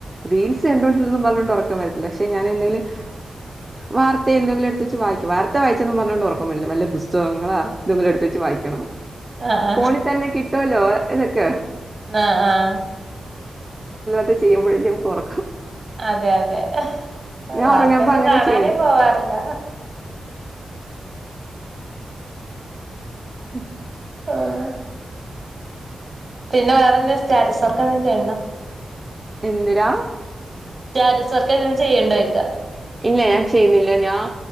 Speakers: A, on the right; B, on the right.
A: റീൽസ് കണ്ടോണ്ടിരുന്നും പറഞ്ഞോണ്ട് ഉറക്കം വര പക്ഷെ ഞാൻ എന്തെങ്കിലും വാർത്തയ എന്തെങ്കിലും എടു വച്ച് വായിക്ക വാർത്ത വായിച്ചൊന്നും പറഞ്ഞോൊണ്ട് ഉറക്കംമില്ല വല്ല പുസ്തകങ്ങളാ എന്തെങ്കിലും എടുത്ത വച്ച് വായിക്കണം
B: ആഹ്
A: ഫോണിൽ തന്നെ കിട്ടുമല്ലോ അതൊക്കെ
B: ആഹ് ആഹ്
A: ത്ത് ചെയ്യുമ്പോഴേക്കും കുറ
B: അതെ അതെ
A: ഞാൻ
B: വാർത്തയൊന്നും
A: ഉറങ്ങുമ്പോ അങ്ങനെ
B: കാണാനേ
A: ചെയ്യുന്നു
B: പോവാറില്ല
A: ഉം
B: ഉം പിന്നെ വേറെന്താ സ്സ്റ്റാറ്റസ് വർക്ക് എന്ത ചെയ്യണ്ടോ
A: എന്തിരാ
B: സ്റ്റാറ്റസ് വർക്ക് എന്തെലും ചെയ്യണ്ടോയ്ക്ക
A: ഇല്ല ഞാൻ ചെയ്യുന്നില്ല ഞാൻ